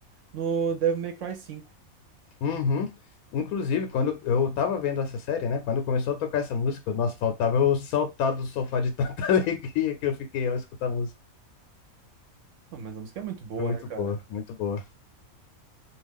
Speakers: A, on the right (about 65°); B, on the left (about 85°).
A: no Devil May Cry cinco
B: uhum. Inclusive, quando eu tava vendo essa série, né, quando começou a tocar essa música, nossa, faltava eu saltar do sofá de tanta <laughs> alegria que eu fiquei ao escutar a música.
A: Ah, Mas a música é muito boa,
B: Foi muito
A: né, cara?
B: boa, muito boa.